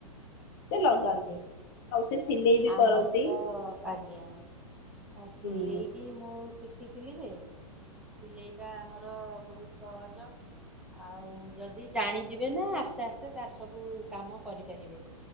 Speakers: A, on the left (about 40°); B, in the centre.
A: ସେ ଲଗାନ୍ତି। ଆଉ ସେ ସିଲେଇ ବି
B: ଆମର
A: କରନ୍ତି।
B: ତ ଆଜ୍ଞା ଆଉ ସିଲେଇ
A: ହୁଁ।
B: ବି ମୁଁ ଶିଖିଥିଲି ଯେ ସେଇଟା ଆମର ବହୁତ ସହଜ। ଆଉ ଯଦି ଜାଣିଯିବେ ନା ଆସ୍ତେ ଆସ୍ତେ ତାର ସବୁ କାମ କରିପାରିବେ।